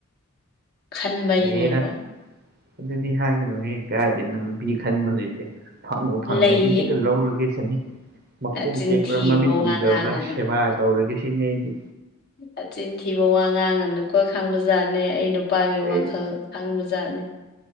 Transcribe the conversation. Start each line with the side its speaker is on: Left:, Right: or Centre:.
Left: ꯈꯟꯕꯩꯅꯦꯕ
Right: ꯍꯦꯔ ꯑꯗꯨꯗꯤ ꯍꯥꯏꯒꯅꯨ ꯍꯦ ꯀꯥꯏꯗꯩꯅꯣ ꯅꯨꯄꯤ ꯈꯟꯕ ꯂꯩꯇꯦ ꯐꯪꯕꯨ ꯐꯪꯉꯗꯤ
Left: ꯂꯩꯌꯦ
Right: ꯍꯦꯛꯇ ꯂꯧꯔꯒꯦ ꯁꯤꯅꯤ ꯃꯈꯣꯡ
Left: ꯅꯆꯤꯟ
Right: ꯇꯦꯛꯄ꯭ꯔꯥ
Left: ꯊꯤꯕ
Right: ꯃꯃꯤꯠ
Left: ꯋꯥ
Right: ꯎꯗꯕ꯭ꯔꯥ
Left: ꯉꯥꯡꯉꯅꯨ
Right: ꯁꯦꯕꯥ ꯇꯧꯔꯒꯦ ꯁꯤꯅꯤ ꯑꯩꯗꯤ
Left: ꯅꯆꯤꯟ ꯊꯤꯕ ꯋꯥ ꯉꯥꯡꯉꯅꯨꯀꯣ ꯈꯥꯡꯕ ꯖꯥꯠꯅꯦ ꯑꯩ ꯅꯨꯄꯥꯒꯤ
Right: ꯑꯩ
Left: ꯋꯥꯈꯜ ꯈꯪꯕꯖꯥꯠꯅꯤ